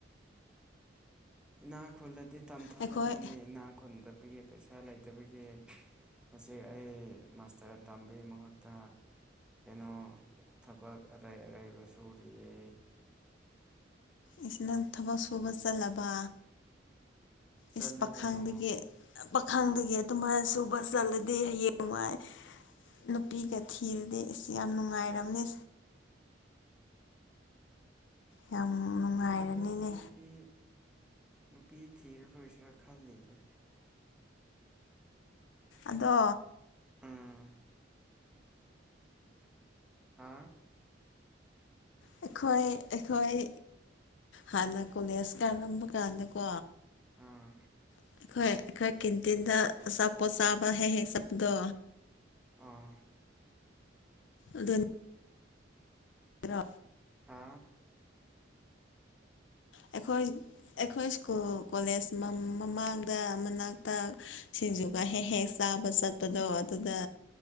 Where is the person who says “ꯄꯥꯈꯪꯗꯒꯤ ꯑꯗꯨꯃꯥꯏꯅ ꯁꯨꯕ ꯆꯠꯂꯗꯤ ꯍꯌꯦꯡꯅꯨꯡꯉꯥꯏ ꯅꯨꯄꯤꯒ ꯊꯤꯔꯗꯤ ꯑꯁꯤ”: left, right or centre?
Left